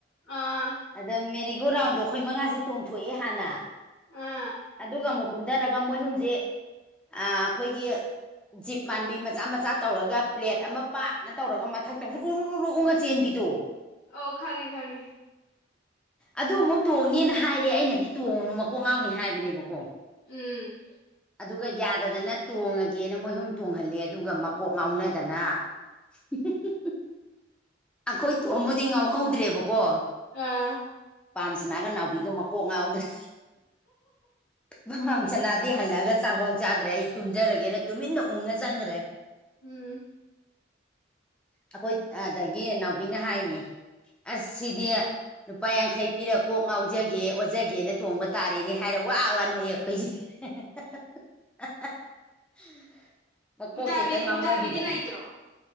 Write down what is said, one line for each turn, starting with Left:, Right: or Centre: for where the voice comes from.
Left: ꯑꯥ
Centre: ꯑꯗ ꯃꯦꯔꯤꯒꯣ ꯔꯥꯎꯟꯗꯣ ꯑꯩꯈꯣꯏ ꯃꯉꯥꯁꯦ ꯇꯣꯡꯊꯣꯛꯑꯦ ꯍꯥꯟꯅ
Left: ꯑꯥ
Centre: ꯑꯗꯨꯒ ꯑꯃꯨꯛ ꯀꯨꯝꯊꯔꯒ ꯃꯣꯏꯍꯨꯝꯁꯦ ꯑꯩꯈꯣꯏꯒꯤ ꯖꯤꯞ ꯃꯥꯟꯕꯤ ꯃꯆꯥ ꯃꯆꯥ ꯇꯧꯔꯒ ꯄ꯭ꯂꯦꯠ ꯑꯃ ꯄꯥꯛꯅ ꯇꯧꯔꯒ ꯃꯊꯛ ꯇꯧ ꯍꯨꯔꯨ ꯍꯨꯔꯣꯛꯎ ꯉ ꯆꯦꯟꯕꯤꯗꯣ
Left: ꯑꯣ ꯈꯥꯒꯦ ꯈꯥꯒꯦ
Centre: ꯑꯗꯨ ꯑꯃꯨꯛ ꯇꯣꯡꯅꯦꯅ ꯍꯥꯏꯔꯦ ꯑꯩꯅꯗꯤ ꯇꯣꯡꯉꯨꯅꯨ ꯃꯀꯣꯛ ꯉꯥꯎꯅꯤ ꯍꯥꯏꯕꯅꯦꯕꯀꯣ
Left: ꯎꯝ
Centre: ꯑꯗꯨꯒ ꯌꯥꯗꯗꯅ ꯇꯣꯡꯉꯒꯦꯅ ꯃꯣꯏꯍꯨꯝ ꯇꯣꯡꯍꯜꯂꯦ ꯑꯗꯨꯒ ꯃꯀꯣꯛ ꯉꯥꯎꯅꯗꯅ <unintelligible> ꯑꯩꯈꯣꯏ ꯇꯣꯕꯨꯗꯤ ꯉꯥꯎꯍꯧꯗ꯭ꯔꯦꯕꯀꯣ
Left: ꯑꯥ
Centre: ꯄꯥꯝꯁꯅꯥꯒ ꯅꯥꯎꯕꯤꯒ ꯃꯀꯣꯛ ꯉꯥꯎꯗ꯭ꯔꯦ ꯄꯥꯝꯁꯅꯥꯗꯤ ꯍꯜꯂꯑꯒ ꯆꯥꯛꯐꯥꯎ ꯆꯥꯗ꯭ꯔꯦ ꯑꯩ ꯇꯨꯝꯖꯔꯒꯦꯅ ꯇꯨꯃꯤꯟꯅ ꯎꯡꯉ ꯆꯪꯈ꯭ꯔꯦ
Left: ꯎꯝ
Centre: ꯑꯩꯈꯣꯏ ꯑꯗꯒꯤ ꯏ ꯅꯥꯎꯕꯤꯅ ꯍꯥꯏꯅꯤ ꯑꯁ ꯁꯤꯗꯤ ꯄꯄꯥ ꯌꯥꯡꯈꯩ ꯄꯤꯔꯒ ꯀꯣꯛ ꯉꯥꯎꯖꯒꯦ ꯑꯣꯖꯒꯦꯅ ꯇꯣꯡꯕ ꯇꯥꯔꯦꯅꯦ ꯍꯥꯏꯔ ꯋꯥ ꯋꯥ ꯅꯣꯛꯑꯦ ꯑꯩꯈꯣꯏꯁꯦ <unintelligible> ꯃꯀꯣꯛ
Left: ꯃꯨꯇꯥꯕꯤ
Centre: ꯆꯦꯠꯇ ꯉꯥꯎꯅꯈꯤꯗꯅ
Left: ꯃꯨꯇꯥꯕꯤꯗꯤ ꯂꯩꯇ꯭ꯔꯣ